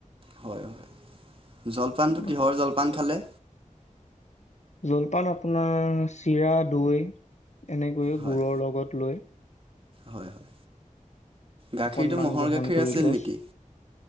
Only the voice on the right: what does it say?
হয়- হয় জলপানটো
কিহৰ জলপান খালে?
হয়
হয় হয় গাখীৰটো
মহৰ
গাখীৰ
আছিল নেকি?